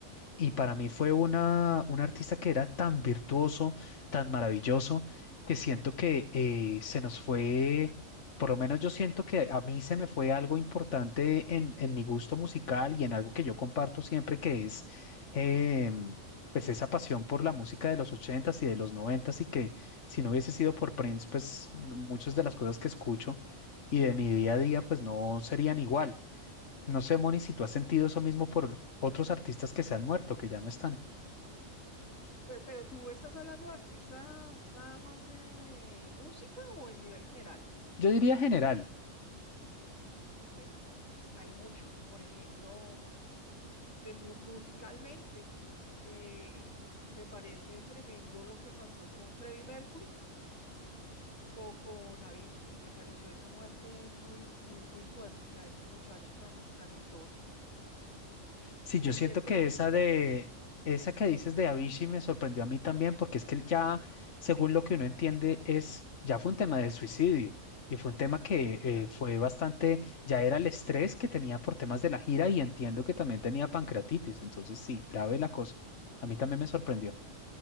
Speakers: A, on the left; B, on the left.
A: Y para mí fue una, un artista que era tan virtuoso, tan maravilloso, que siento que eh, se nos fue, por lo menos yo siento que a mí se me fue algo importante en, en mi gusto musical y en algo que yo comparto siempre, que es em, pues esa pasión por la música de los ochentas y de los noventas y que si no hubiese sido por Prince, pues muchas de las cosas que escucho y de mi día a día, pues no serían igual. No sé, Moni, si tú has sentido eso mismo por otros artistas que se han muerto, que ya no están.
B: Pero, pero tú estás hablando de artistas nada más de música o en nivel general?
A: Yo diría general.
B: Bueno, hay muchos. Por ejemplo, de mu- musicalmente, eh, me parece tremendo lo que pasó con Freddie Mercury o con Avicii. Me pareció esa muerte muy, muy, muy fuerte, la de este muchacho tan talentoso.
A: Sí,
B: Y
A: yo siento
B: de pronto
A: que esa
B: también,
A: de, esa que dices de Avicii me sorprendió a mí también, porque es que ya, según lo que uno entiende, es, ya fue un tema de suicidio y fue un tema que
B: sí, claro.
A: eh, fue bastante, ya era el estrés que tenía por temas de la gira y entiendo que también tenía pancreatitis, entonces sí, grave la cosa. A mí también me sorprendió.